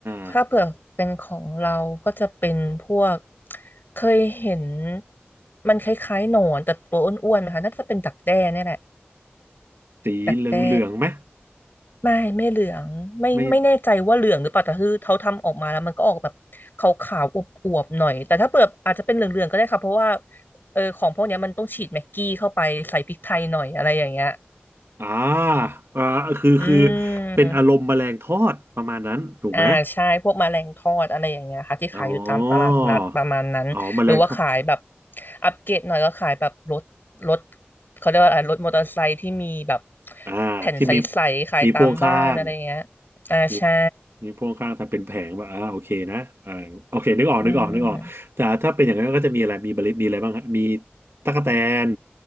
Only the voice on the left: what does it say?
ถ้าเผื่อเป็นของเราก็จะเป็นพวกเคยเห็นมันคล้ายๆหนอนแต่ตัวอ้วนๆนะคะน่าจะเป็นดักแด้เนี่ยแหละ
ดักแด้ไม่ไม่เหลืองไม่ไม่แน่ใจว่าเหลืองหรือเปล่าแต่คือเขาทำออกมาแล้วมันก็ออกแบบขาวขาวอวบอวบๆหน่อยแต่ถ้าเปิดอาจจะเป็นเหลืองเหลืองก็ได้ค่ะเพราะว่า
เออของพวกเนี้ยมันต้องฉีดแม็กกี้เข้าไปใส่พริกไทยหน่อยอะไรอย่างเงี้ย
อื
ม อ่าใช่พวกแมลงทอดอะไรอย่างเงี้ยค่ะที่ขายอยู่ตามตลาดนัดประมาณนั้นหรือว่าขายแบบ
อัปเกรดหน่อยก็ขายแบบรถรถเขาเรียกว่าอะไรรถมอเตอร์ไซค์ที่มีแบบ
แผ่นใสๆขายตามบ้านอะไรอย่างเงี้ย
อ่าใช่
อืม